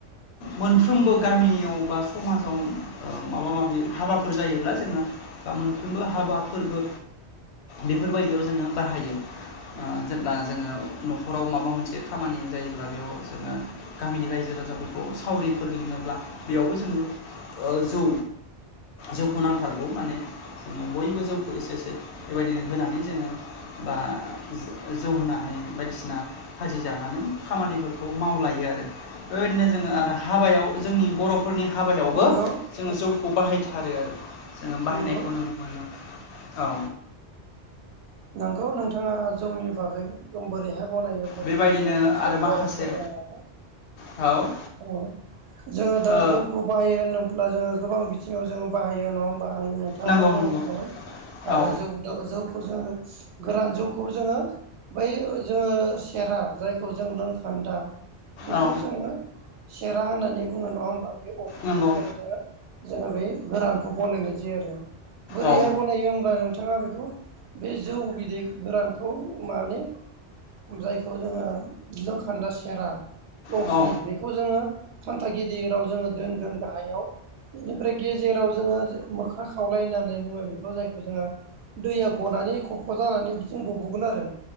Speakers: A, on the left; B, on the right.
A: मोनफ्रोमबो गामियाव बा समाजाव माबा माबि हाबाफोर जायोब्ला जोङो बा मोनफ्रोमबो हाबा फोरबो बेफोरबायदियाव जोङो बाहायो। ओ जेब्ला जोङो न'खराव माबा मोनसे खामानि जायोब्ला बेयाव जोङो गामिनि रायजो राजाफोरखौ सावरिफोर लिङोब्ला बेयावबो जोङो ओ जौ जौखौ नांथारगौ माने जों बयबो जौखौ एसे एसे बेबायदिनो होनानै जोङो बा जो जौ होनानै बायदिसिना खाजि जानानै खामानिफोरखौ मावलायो आरो बेबायदिनो जोङो आरो
B: औ
A: हाबायाव जोंनि बर'फोरनि हाबायावबो
B: नंगौ
A: जोङो जौखौ बाहायथारो आरो जोङो बाहायनायखौ
B: नंगौ
A: नुनो मोनो औ
B: नोंगौ नोंथाङा जौनि बागै बोरैहाय बनायो बोरैहाय
A: बेबायदिनो
B: लोङो बिनि सायाव
A: आरो माखासे
B: गुवारै फोरमाय लांबाय
A: औ
B: औ जोङो दा
A: ओ
B: जौखौ बाहायो होनोब्ला जोङो गोबां बिथिङाव बाहायो नङा होमबा आं नों थाङाबो
A: नंगौ
B: बुंलां
A: नंगौ
B: खाबाय आरो
A: औ
B: जौ दा जौखौ जोङो गोरान जौखौ जोङो बै जोङो सेरा जायखौ जों लोंखान्दा बेखौ
A: औ
B: जोङो सेरा होननानै बुङो नङा होमबा बे अफ्रिनिफ्रायबो
A: नंगौ
B: जोङो जोङो बे गोरानखौ बनायनाय जायो आरो बोरैहाय
A: औ
B: बनायो होमब्ला नोंथाङा बेखौ बे जौ बिदै गोरानखौ माने जायखौ जोङो लोंखान्दा सेरा अफ्रि
A: नंगौ औ
B: बेखौ जोङो खान्था गिदिराव जोङो दोनगोन गाहायाव बिनिफ्राय गेजेर राव जोङो मोख्रा खावलाय होननानै बुङो बेखौ जायखौ जोङो दैया गनानै ख ज' जानानै बि थिंखौ बुगोन आरो